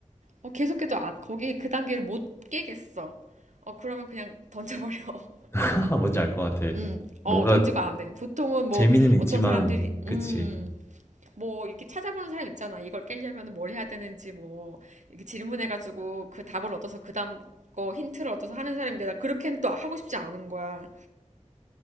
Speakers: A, on the right; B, on the left.
A: 어, 계속해도 아, 거기 그 단계를 못 깨겠어. 어, 그러면 그냥 던져버려. <laughs>
B: <laughs> 뭔지 알 것 같아.
A: 음, 어,
B: 뭔가
A: 던지고 안 해. 보통은 뭐
B: 재미는
A: 어떤
B: 있지만,
A: 사람들이,
B: 그치.
A: 음, 뭐 이렇게 찾아보는 사람 있잖아. 이걸 깨려면 뭘 해야 되는지 뭐 이렇게 질문해가지고 그 답을 얻어서 그 다음 거 힌트를 얻어서 하는 사람인데 나 그렇게는 또 하고 싶지 않은 거야.